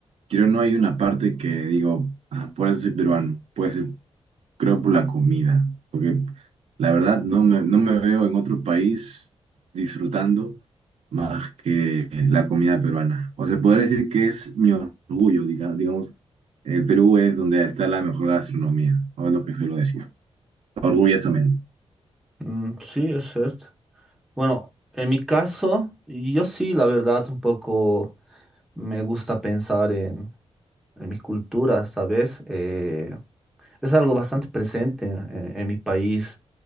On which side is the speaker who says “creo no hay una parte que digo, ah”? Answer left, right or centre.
Right